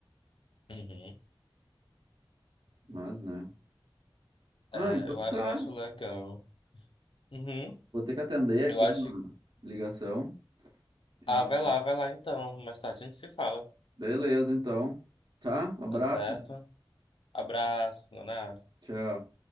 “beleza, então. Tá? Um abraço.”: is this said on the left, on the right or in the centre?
Right